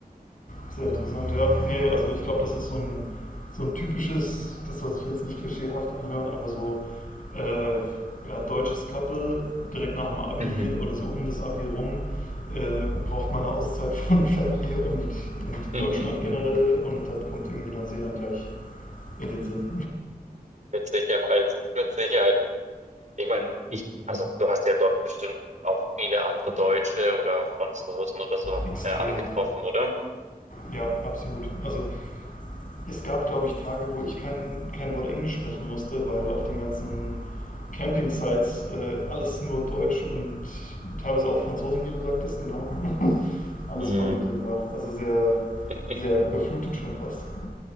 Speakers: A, on the left (about 55°); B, on the right (about 50°).
A: Sehr interessant, ja. Nee, also ich glaube, das ist so ein, so ein typisches, das soll sich jetzt nicht klischeehaft anhören, aber so äh, ja, deutsches Couple direkt nach dem Abi
B: Mhm.
A: oder so um das Abi rum äh, braucht man eine Auszeit von <laughs> Family und, und
B: <laughs>
A: Deutschland generell und dann kommt irgendwie Neuseeland gleich in den Sinn.
B: Mit Sicherheit, mit Sicherheit. Ich meine, ich, also du hast ja dort bestimmt auch viele andere Deutsche oder Franzosen oder so
A: <laughs> Extrem,
B: äh, angetroffen, oder?
A: ja, absolut. Also Es gab, glaube ich, Tage, wo ich kein, kein Wort Englisch sprechen musste, weil auf den ganzen Camping-Sites äh, alles nur Deutsch und teilweise auch Franzosen, wie du sagtest, genau. <laughs> alles
B: Mhm.
A: voll mit denen war. Also sehr,
B: <laughs>
A: sehr überflutet schon fast.